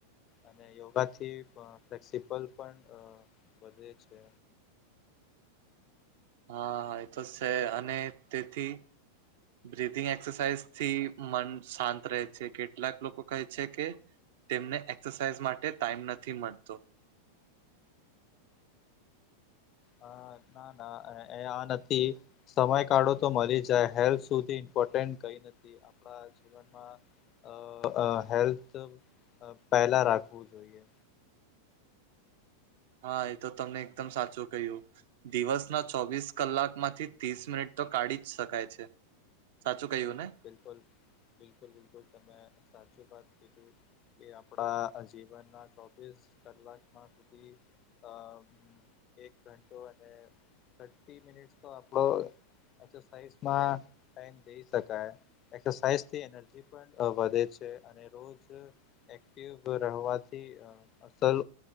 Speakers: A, on the left; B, on the right.
A: અને યોગાથી પ ફ્લેક્સિબલ અ પણ વધે છે.
B: હા એ તો શે અને તેથી બ્રિધિંગ એક્સરસાઈઝથી મન શાંત રહે છે કેટલાક લોકો કહે છે કે તેમને એક્સસાઈઝ માટે ટાઈમ નથી મળતો.
A: હા ના ના એ આ નથી. સમય કાઢો તો મલી જાય, હેલ્થ સુધી ઈમ્પોર્ટન્ટ કઈ નથી આપણા જી વનમાં અ અ હેલ્થ પહેલા રાખવું જોઈએ.
B: હા એ તો તમે એકદમ સાચું કહ્યું. દિવસના ચોવીસ કલાકમાંથી તીસ મિનિટ તો કાઢી જ શકાય છે. સાચું કયું ને?
A: બિલકુલ બિલકુલ બિલકુલ તમેં સાચે વાત કીધું કે આપાડા જીવન ના ચોવીસ કલાક માં સુધી ધી અહ એક ઘંટો અને થર્ટી મિનિટ્સ તો આપણો એક્સરસાઇઝમાં ટાઈમ થઈ શક તે એનર્જી પણ વધે છે. અને રોજ એક્ટિવ રહેવાથી અહ અસર